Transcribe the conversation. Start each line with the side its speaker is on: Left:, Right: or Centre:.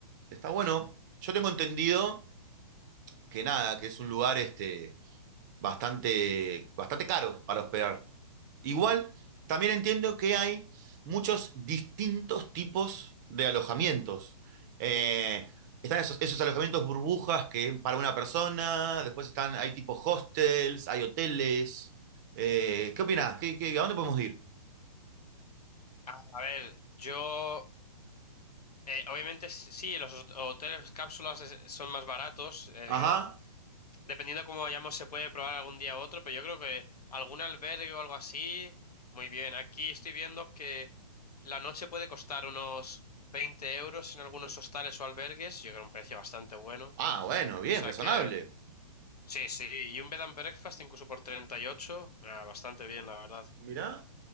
Right: Está bueno. Yo tengo entendido que nada, que es un lugar este, bastante, bastante caro para hospedar. Igual, también entiendo que hay muchos distintos tipos de alojamientos. Eh, están esos, esos alojamientos burbujas que es para una persona, después están, hay tipos hostels, hay hoteles. Eh, ¿qué opinás? ¿Qué, qué, a dónde podemos ir?
Left: A a ver, yo... eh, obviamente s- sí, los hot- hoteles cápsulas es- son más baratos, eh,
Right: Ajá.
Left: Dependiendo de cómo vayamos, se puede probar algún día u otro, pero yo creo que algún albergue o algo así, muy bien. Aquí estoy viendo que la noche puede costar unos 20 euros en algunos hostales o albergues. Yo creo un precio bastante bueno.
Right: Ah, bueno, bien,
Left: O sea
Right: razonable.
Left: que, sí, sí. Y un bed and breakfast incluso por 38, ah, bastante bien, la verdad.
Right: Mirá.